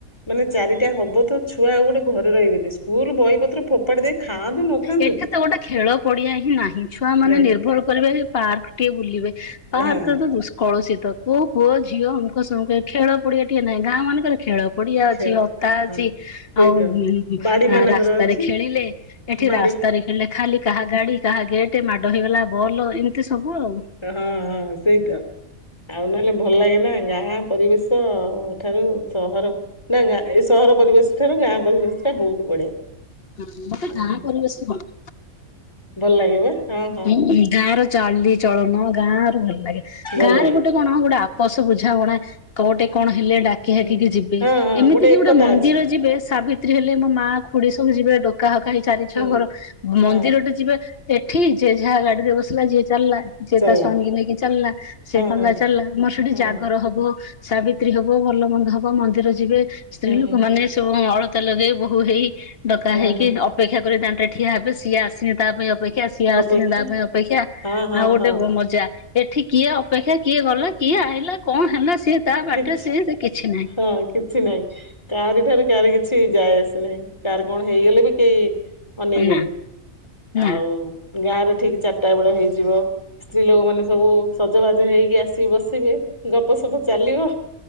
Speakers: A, on the left (about 20°); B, on the left (about 45°).
A: ମାନେ ଚାରିଟା ହବ ତ ଛୁଆ ଆଉ ଗୋଟେ ଘରେ ରହିବେନି। ସ୍କୁଲ୍ ବହିପତ୍ର ଫୋପ ପାଡିଦେଇ ଖାଆନ୍ତୁ ନ ଖାଆନ୍ତୁ
B: ଏଠି ତ ଗୋଟେ ଖେଳ ପଡିଆ ହିଁ ନାହିଁ ଛୁଆ ମାନେ
A: ନାଇଁ
B: ନିର୍ଭର କରିବେ ଯେ ପାର୍କ ଟିକେ ବୁଲିବେ। ପାର୍କ
A: ହଁ
B: ତ ଦୁଷ୍ କଳସୀତ କୋଉ ପୁଅ ଝିଅ ଅମୁକ ସମୁକ ଏ ଖେଳ ପଡିଆ ଟିଏ ନାହିଁ, ଗାଁ ମାନଙ୍କର ଖେଳ ପଡିଆ
A: ଖେଳ
B: ଅଛି ହତା
A: ହଁ।
B: ଅଛି।
A: ସେଇ
B: ଆଉ
A: ତ
B: ହୁଁ,
A: ବାଡି ମାନଙ୍କର
B: ରାସ୍ତାରେ
A: ଅଛି
B: ଖେଳିଲେ। ଏଠି
A: ବାଡି
B: ରାସ୍ତାରେ ଖେଳିଲେ ଖାଲି କାହା ଗାଡି, କାହା ଗେଟ୍ ମାଡ ହେଇଗଲା ବଲ ଏମିତି ସବୁ ଆଉ।
A: ଏ ହଁ ହଁ ସେଇ ତ। ଆଉ ନହେଲେ ଭଲ ଲାଗେ ନା ଗାଁହା ପରିବେଶ ଠାରୁ ସହର ନା ଗାଁ ଏ ସହର ପରିବେଶ ଠାରୁ ଗାଁ ପରିବେଶ ଟା ବହୁତ ବଢିଆ।
B: ହଁ ମୋତେ
A: ହଁ
B: ଗାଁ ପରିବେଶ ଭଲ।
A: ଭଲ ଲାଗେ ଯେ ହଁ, ହଁ।
B: ହୁଁ ଗାଁ ର ଚାଲିଚଳନ ଗାଁ ର ଭଲ ଲାଗେ,
A: ଭଲ
B: ଗାଁ
A: ଲାଗେ
B: ରେ ଗୋଟେ କଣ ଗୋଟେ ଆପୋସ ବୁଝାବଣା କୋଟେ କଣ ହେଲେ ଡା କି ହାକିକି
A: ହୁଁ।
B: ଯିବେ,
A: ହଁ ହଁ
B: ଏମିତି କିି
A: ଏକତା
B: ଗୋଟେ ମନ୍ଦିର
A: ଅଛି
B: ଯିବେ ସାବିତ୍ରୀ ହେଲେ ମୋ ମା ଖୁଡି ସବୁ ଯିବେ ଡ କାହାକା ହେଇ ଚାରି ଛଅ
A: ହୁଁ
B: ଘର ମନ୍ଦିର
A: ହଁ
B: ଟେ ଯିବେ ଏଠି ଯିଏ ଯାହା ଗାଡିରେ ବସିଲା ଯିଏ ଚାଲିଲା। ଯିଏ
A: ଚାଲିଲା
B: ତା ସ୍ଵାମୀକୁ ନେଇକି ଚାଲଲା। ସିଏ
A: ହଁ
B: ତାଙ୍କର
A: ହଁ।
B: ଚାଲଲା। ଆମର ସେଠି
A: ହଁ
B: ଜାଗର ହବ ସାବିତ୍ରୀ ହବ ଭଲ ମନ୍ଦ ହବ ମନ୍ଦିର ଯିବେ ସ୍ତ୍ରୀ
A: ହୁଁ
B: ଲୋକ
A: ହୁଁ
B: ମାନେ ସବୁ ଅଳ ତା ଲଗେଇ ବୋହୁ ହେଇ ଡକା
A: ହଁ
B: ହେଇକି
A: ହଁ
B: ଅପେକ୍ଷା କରି ଦାଣ୍ଡରେ ଠିଆ ହେବେ, ସିଏ ଆସିନି ତା ପାଇଁ ଅପେକ୍ଷା ସଏ ଆସିନି
A: ଅପେକ୍ଷା
B: ତା ପାଇଁ ଅପେକ୍ଷା,
A: ହଁ ହଁ
B: ଆଉ ଗୋଟେ
A: ହଁ।
B: ବ- ମଜା ଏଠି କିଏ ଅ ଅପେକ୍ଷା କିଏ ଗଲା, କିଏ ଆଇଲା କଣ ହେଲା ସିଏ ତା ବାଟରେ
A: କିଛି
B: ସିଏ ସେ କିଛି ନାହିଁ।
A: ହଁ କିଛି ନାହିଁ। କାହାରି ଠାରୁ କାହାର କିଛି ଯାଏ ଆସିନାହିଁ କାହାର କଣ ହେଇଗଲେ ବି କେଇ ଅନେଇବେନି
B: ନା ନା
A: ଆଉ ଗାଁରେ ଠିକ ଚାଟା ବେଳେ ହେଇଯିବ। ସ୍ତ୍ରୀ ଲୋକ ମାନେ ସବୁ ସଜବାଜ ହେଇକି ଆସିବେ ବସିବେ ଗପ ସପ ଚାଲିବ।